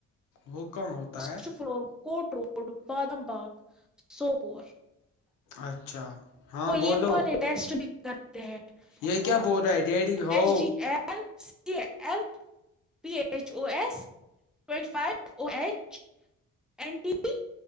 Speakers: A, on the left (about 85°); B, in the centre.
A: وہ کم ہوتا
B: فرسٹ
A: ہے
B: فلور کوٹ روڈ بادم باغ سوپور
A: اچھا ہاں
B: وہ یہ
A: بولو
B: والے ٹیسٹ بھی کرتے ہیں
A: یہ
B: اور
A: کیا بول رہا ہے ڈیڈی ہو
B: H D F L C L P H O S twenty five O H N T